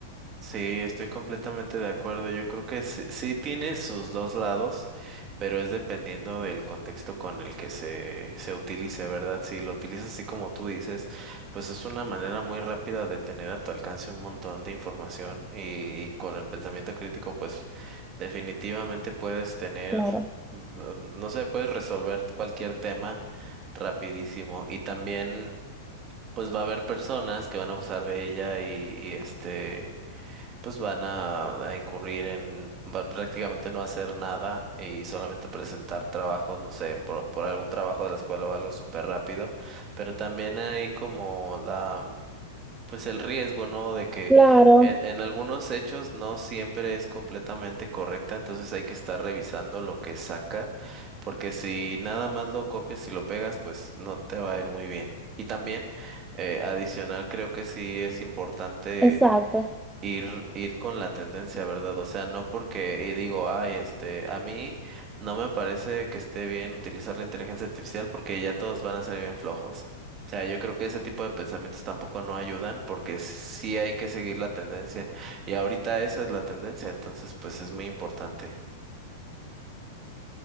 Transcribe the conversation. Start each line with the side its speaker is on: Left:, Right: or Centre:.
Right: Sí, estoy completamente de acuerdo. Yo creo que sí, sí tiene sus dos lados, pero es dependiendo del contexto con el que se, se utilice, ¿verdad? Si lo utilizas así como tú dices, pues es una manera muy rápida de tener a tu alcance un montón de información y, y con el pensamiento crítico, pues definitivamente puedes tener,
Centre: Claro.
Right: mm, no sé, puedes resolver cualquier tema rapidísimo y también... Pues va a haber personas que van a abusar de ella y, y este pues van a, a incurrir en va- prácticamente no hacer nada y solamente presentar trabajos, no sé, por, por algún trabajo de la escuela o algo súper rápido, pero también hay como la, pues el riesgo, ¿no? De que
Centre: Claro.
Right: en, en algunos hechos no siempre es completamente correcta, entonces hay que estar revisando lo que saca, porque si nada más lo copias y lo pegas, pues no te va a ir muy bien. Y también, eh, adicional, creo que sí es importante
Centre: Exacto.
Right: ir, ir con la tendencia, ¿verdad? O sea, no porque y digo, ay, este, a mí no me parece que esté bien utilizar la inteligencia artificial porque ya todos van a ser bien flojos. O sea, yo creo que ese tipo de pensamientos tampoco no ayudan porque sí hay que seguir la tendencia. Y ahorita esa es la tendencia, entonces pues es muy importante.